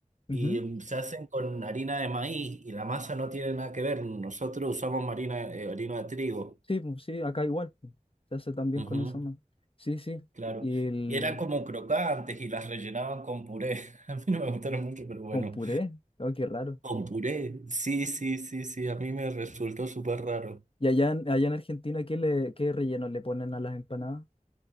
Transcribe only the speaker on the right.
y mm, se hacen con harina de maíz y la masa no tiene nada que ver. Nosotros usamos harina, eh, harina de trigo.
Ujú,
claro.
Y eran como crocantes y las rellenaban con puré. <laughs> A mí no me gustaron mucho, pero bueno.
Con puré, sí, sí, sí, sí, a mí me resultó súper raro.